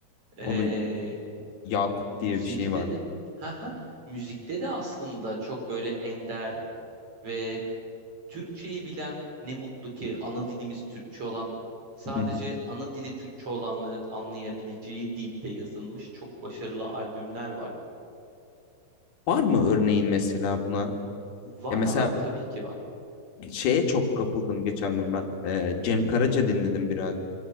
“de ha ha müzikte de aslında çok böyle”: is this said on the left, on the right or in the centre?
Right